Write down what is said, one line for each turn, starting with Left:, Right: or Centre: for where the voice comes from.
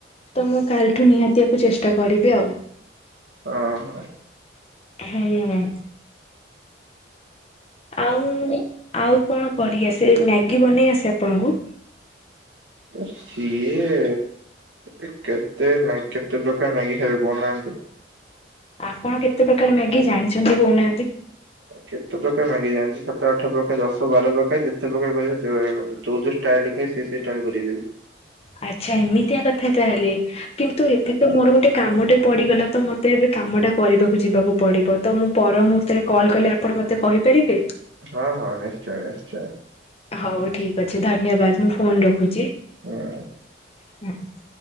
Left: ତ ମୁଁ କାଲିଠୁ ନିହାତିଆକୁ ଚେଷ୍ଟା କରିବି ଆଉ।
Right: ଓହ।
Left: ହୁଁ। ଆଉ ଆଉ କଣ କରି ଆସେ ମ୍ୟାଗି ବନେଇ ଆସେ ଆପଣଙ୍କୁ?
Right: ସିଏ କେତେ ମ୍ୟା କେତେ ପ୍ରକାର ମ୍ୟାଗି ଖାଇବେ କହୁନାହାନ୍ତି?
Left: ଆପଣ କେତେ ପ୍ରକାର ମ୍ୟାଗି ଜାଣିଛନ୍ତି କହୁନାହାନ୍ତି?
Right: କେତେ ପ୍ରକାର ମ୍ୟାଗି ଜାଣିଛି ସାତ ଆଠ ପ୍ରକାର ଦଶ ବାର ପ୍ରକାର ଯେତେ ପ୍ରକାର କହିବେ ସେତେ ପ୍ରକାର କରିଦେବି। ଚଉଦ ଷ୍ଟାଇଲ୍ କହିବେ ସେମିତିଆ ଷ୍ଟାଇଲ୍ କରିକିଦେବି।
Left: ଆଚ୍ଛା ଏମିତିଆ କଥା ତାହେଲେ। କିନ୍ତୁ ଏବେ ତ ମୋର ଗୋଟେ କାମଟେ ପଡିଗଲା ତ ମତେ ଏବେ କାମ ଟା କରିବାକୁ ଯିବାକୁ ପଡିବ। ତ ମୁଁ ପର ମୁହୂର୍ତ୍ତରେ କଲ୍ କଲେ ଆପଣ ମତେ କହିପାରିବେ?
Right: ହଁ ହଁ ନିଶ୍ଚୟ ନିଶ୍ଚୟ।
Left: ହଉ ଠିକ ଅଛି ଧନ୍ୟବାଦ ମୁଁ ଫୋନ ରଖୁଛି।
Right: ହୁଁ।
Left: <inaudible>